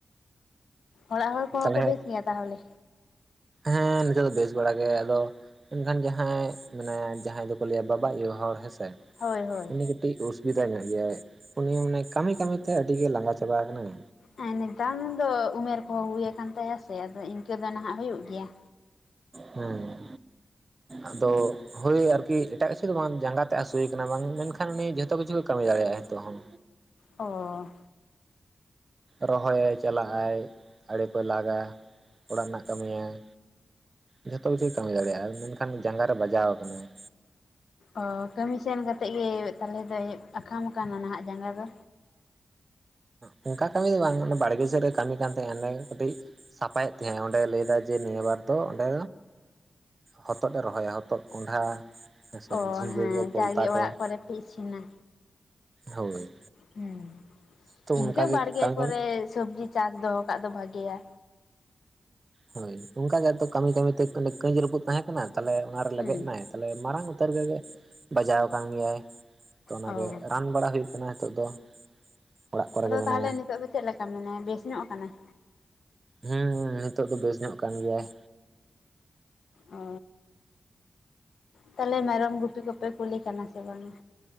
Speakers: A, on the left (about 85°); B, on the right (about 45°).
A: ᱚᱲᱟᱜ ᱦᱚᱲ ᱠᱚᱦᱚᱸ
B: ᱛᱟᱦᱚᱞᱮ
A: ᱠᱚ ᱵᱮᱥ ᱜᱮᱭᱟ ᱛᱟᱦᱚᱞᱮ?
B: ᱦᱮᱸ ᱱᱤᱛᱚᱜ ᱫᱚ ᱵᱮᱥ ᱵᱟᱲᱟ ᱜᱮ ᱟᱫᱚ ᱢᱮᱱᱱᱠᱷᱟᱱ ᱡᱟᱦᱟᱸᱭ ᱢᱮᱱᱟᱭ ᱡᱟᱦᱟᱸᱭ ᱫᱚᱠᱚ ᱞᱟᱹᱭᱟ ᱵᱟᱵᱟ ᱟᱭᱩ ᱦᱚᱲ ᱦᱮᱸᱥᱮ ᱾
A: ᱦᱳᱭ ᱦᱳᱭ᱾
B: ᱠᱟᱹᱴᱤᱪ ᱚᱥᱩᱵᱤᱫᱟ ᱧᱚᱜ ᱜᱮᱭᱟᱭ ᱩᱱᱤ ᱢᱟᱱᱮ ᱠᱟᱹᱢᱤ ᱠᱟᱹᱢᱤ ᱛᱮ ᱟᱹᱰᱤ ᱜᱮ ᱞᱟᱸᱜᱟ ᱪᱟᱵᱟ ᱟᱠᱟᱱᱟᱭ।
A: ᱦᱮ ᱱᱮᱛᱟᱨ ᱫᱚ ᱩᱢᱮᱨ ᱠᱚᱦᱚᱸ ᱦᱩᱭᱩ ᱟᱠᱟᱱ ᱛᱟᱭᱟ ᱥᱮ ᱟᱫᱚ ᱤᱱᱠᱟᱹ ᱫᱚ ᱱᱟᱦᱟᱸᱜ ᱦᱩᱭᱩᱜ ᱜᱮᱭᱟ।
B: ᱦᱮᱸ ᱟᱫᱚ ᱦᱳᱭ ᱟᱨᱠᱤ ᱮᱴᱟᱜ ᱠᱤᱪᱷᱩ ᱫᱚ ᱵᱟᱝ ᱡᱟᱸᱜᱟ ᱛᱮᱫ ᱦᱟᱹᱥᱩᱭᱮ ᱠᱟᱱᱟ ᱵᱟᱝ ᱢᱮᱱᱠᱷᱟᱱ ᱩᱱᱤ ᱡᱷᱚᱛᱚ ᱠᱤᱪᱷᱩᱮ ᱠᱟᱹᱢᱤ ᱫᱟᱲᱮᱭᱟᱜ-ᱟ ᱱᱤᱛᱚᱜ ᱦᱚᱸ᱾
A: ᱚᱻ
B: ᱨᱚᱦᱚᱭᱟᱭ ᱪᱟᱞᱟᱜ-ᱟᱭ ᱟᱲᱮ ᱠᱚᱭ ᱞᱟᱜᱟ ᱚᱲᱟᱜ ᱨᱮᱱᱟᱜ ᱠᱟᱹᱢᱤᱭᱟᱭ। ᱡᱷᱚᱛᱚ ᱠᱤᱪᱷᱩᱭ ᱠᱟᱹᱢᱤ ᱫᱟᱲᱮᱭᱟᱜ-ᱟ। ᱢᱮᱱᱠᱷᱟᱱ ᱡᱟᱸᱝᱜᱟ ᱨᱮ ᱵᱟᱡᱟᱣ ᱟᱠᱟᱱᱟ।
A: ᱚ ᱠᱟᱹᱢᱤ ᱥᱮᱱ ᱠᱟᱛᱮᱫ ᱜᱮ ᱛᱟᱞᱮ ᱫᱚᱭ ᱟᱠᱟᱢ ᱟᱠᱟᱱᱟ ᱱᱟᱦᱟᱸᱜ ᱡᱟᱸᱜᱟ ᱫᱚ?
B: ᱮᱸ ᱚᱱᱠᱟ ᱠᱟᱹᱢᱤ ᱫᱚ ᱵᱟᱝ ᱵᱟᱲᱜᱮ ᱥᱮᱫ ᱨᱮ ᱠᱟᱹᱢᱤ ᱠᱟᱱ ᱛᱟᱦᱮᱸᱱᱟ ᱚᱰᱮ ᱠᱟᱹᱴᱤᱡ ᱥᱟᱯᱷᱟᱭᱮᱫ ᱛᱟᱦᱮᱸᱜ ᱚᱸᱰᱮ ᱞᱟᱹᱭ ᱫᱟᱭ ᱡᱮ ᱱᱤᱭᱟᱹ ᱵᱟᱨ ᱫᱚ ᱚᱸᱰᱮ ᱦᱚᱛᱚᱫ ᱮ ᱨᱚᱦᱚᱭᱟ ᱦᱚᱛᱚᱫ ᱠᱚᱸᱰᱷᱟ᱾ ᱦᱮᱸᱥᱮ
A: ᱚ
B: ᱡᱷᱤᱸᱜᱟᱹ
A: ᱦᱮᱸ
B: ᱠᱚ ᱯᱚᱞᱛᱟ
A: ᱡᱟᱜᱮ
B: ᱠᱚ
A: ᱚᱲᱟᱜ ᱠᱚᱨᱮ ᱯᱮ ᱤᱥᱤᱱᱟ᱾
B: ᱦᱳᱭ
A: ᱦᱮᱸ
B: ᱛᱚ ᱚᱱᱠᱟᱜᱮ
A: ᱤᱱᱠᱟᱹ ᱵᱟᱲᱜᱮ
B: ᱠᱟᱹᱢᱤ
A: ᱠᱚᱨᱮ
B: ᱠᱟᱹᱢᱤ
A: ᱥᱚᱵᱽᱡᱤ ᱪᱟᱥ ᱫᱚᱦᱚᱠᱟᱜ ᱫᱚ ᱵᱷᱟᱜᱮᱭᱟ᱾
B: ᱦᱳᱭ ᱚᱱᱠᱟ ᱜᱮ ᱟᱛᱚ ᱠᱟᱹᱢᱤ ᱠᱟᱹᱢᱤᱛᱮ ᱠᱟᱹᱡ ᱨᱟᱹᱯᱩᱫ ᱛᱟᱦᱮᱸ ᱠᱟᱱᱟ ᱛᱟᱦᱚᱞᱮ ᱚᱱᱟᱨᱮ
A: ᱦᱩᱸ
B: ᱞᱮᱵᱮᱫ ᱮᱱᱟᱭ ᱛᱟᱞᱮ ᱢᱟᱨᱟᱝ ᱩᱛᱟᱹᱨ ᱜᱮᱜᱮ ᱵᱟᱡᱟᱣ ᱟᱠᱟᱱ ᱜᱮᱭᱟᱭ ᱛᱚ ᱚᱱᱟᱜᱮ
A: ᱚ
B: ᱨᱟᱱ ᱵᱟᱲᱟ ᱦᱩᱭᱩᱜ ᱠᱟᱱᱟ ᱱᱤᱛᱚᱜ ᱫᱚ᱾ ᱚᱲᱟᱜ ᱠᱚᱨᱮ
A: ᱟᱫᱚ
B: ᱜᱮ ᱢᱮᱱᱟᱭᱟ
A: ᱛᱟᱦᱚᱞᱮ ᱱᱤᱛᱚᱜ ᱫᱚ ᱪᱮᱫ ᱞᱮᱠᱟ ᱢᱮᱱᱟᱭᱟ ᱵᱮᱥ ᱧᱚᱜ ᱠᱟᱱᱟᱭ?
B: ᱦᱮᱸ ᱱᱤᱛᱚᱜ ᱫᱚ ᱵᱮᱥ ᱧᱚᱜ ᱠᱟᱱ ᱜᱮᱭᱟᱭ᱾
A: ᱚ ᱛᱟᱦᱚᱞᱮ ᱢᱮᱨᱚᱢ ᱜᱩᱯᱤ ᱠᱚᱯᱮ ᱠᱳᱞᱮ ᱠᱟᱱᱟ ᱥᱮ ᱵᱟᱝᱟ?